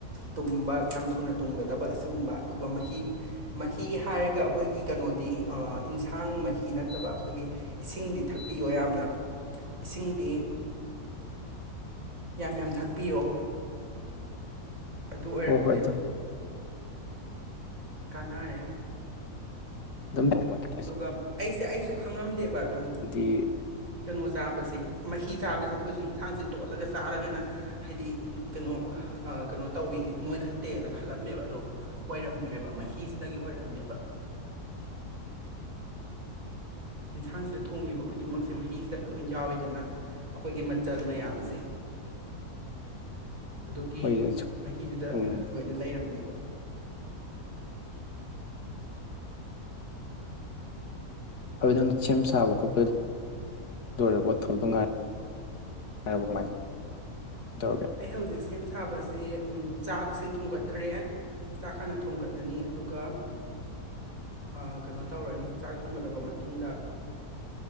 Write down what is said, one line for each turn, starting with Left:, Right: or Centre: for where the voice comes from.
Right: ꯇꯨꯝꯕ ꯌꯥꯝ ꯊꯨꯅ ꯇꯨꯝꯒꯗꯕ ꯑꯁꯤꯒꯨꯝꯕ ꯑꯗꯨꯒ ꯃꯍꯤ ꯃꯍꯤ ꯍꯥꯢꯔꯒ ꯑꯩꯈꯣꯢꯒꯤ ꯀꯩꯅꯣꯗꯤ ꯏꯟꯁꯥꯡ ꯃꯍꯤ ꯅ ꯐꯠꯇꯕ ꯑꯩꯈꯣꯢꯒꯤ ꯏꯁꯤꯡꯗꯤ ꯊꯛꯄꯤꯌꯣ ꯌꯥꯝꯅ ꯏꯁꯤꯡꯗꯤ ꯌꯥꯝ ꯌꯥꯝ ꯊꯥꯛꯄꯤꯌꯣ ꯑꯗꯨ ꯑꯣꯢꯔꯕꯗꯤ
Left: ꯍꯣꯏ ꯍꯣꯏ
Right: ꯑꯗꯨꯝ ꯀꯥꯟꯅꯔꯦ
Left: ꯑꯗꯨꯝ <unintelligible>
Right: ꯑꯗꯨꯒ ꯑꯩꯁꯦ ꯑꯩꯁꯨ ꯈꯪꯉꯝꯗꯦꯕ ꯀꯩꯅꯣ
Left: ꯍꯥꯏꯕꯗꯤ
Right: ꯀꯩꯅꯣ ꯆꯥꯕꯁꯦ ꯃꯍꯤ ꯆꯥꯕꯁꯦ ꯑꯩꯈꯣꯢꯁꯨ ꯏꯟꯁꯥꯡꯁꯦ ꯇꯣꯠꯂꯒ ꯆꯥꯔꯒꯅ ꯍꯥꯢꯗꯤ ꯀꯩꯅꯣ ꯀꯩꯅꯣ ꯇꯧꯋꯤ ꯅꯣꯢ ꯈꯠꯇꯦꯅ ꯈꯜꯂꯝꯃꯦꯕ ꯑꯗꯣ ꯑꯣꯢꯔꯝꯗ꯭ꯔꯦꯕ ꯃꯍꯤꯁꯤꯗꯒꯤ ꯑꯣꯢꯔꯝꯃꯦꯕ ꯌꯦꯟꯁꯥꯡꯁꯤꯗ ꯊꯣꯡꯉꯤꯕ ꯈꯨꯗꯤꯡꯃꯛꯁꯦ ꯃꯍꯤꯁꯤꯗ ꯂꯣꯢ ꯌꯥꯎꯋꯤꯗꯅ ꯑꯩꯈꯣꯢꯒꯤ ꯃꯆꯜ ꯃꯌꯥꯝꯁꯦ ꯑꯗꯨꯒꯤ
Left: ꯍꯣꯏ
Right: ꯃꯍꯤꯗꯨꯗ ꯑꯣꯢꯅ
Left: ꯎꯝ
Right: ꯂꯣꯢꯅ ꯂꯩꯔꯝꯃꯦꯕ
Left: ꯑꯗꯨ ꯅꯪ ꯁꯦꯝ ꯁꯥꯕ ꯈꯣꯠꯄ ꯂꯣꯢꯔꯕ ꯊꯧꯗ ꯉꯥꯢꯔ <unintelligible> ꯀꯃꯥꯢꯅ <unintelligible>
Right: ꯑꯩ ꯍꯧꯖꯤꯛ ꯁꯦꯝ ꯁꯥꯕꯁꯦ ꯆꯥꯛꯁꯦ ꯊꯣꯡꯒꯠꯈ꯭ꯔꯦ ꯆꯥꯛ ꯍꯥꯟꯅ ꯊꯣꯡꯀꯠꯂꯅꯤ ꯑꯗꯨꯒ ꯑꯥ ꯀꯩꯅꯣ ꯇꯧꯔꯅꯤ ꯆꯥꯛ ꯊꯣꯡꯒꯠꯂꯕ ꯃꯇꯨꯡꯗ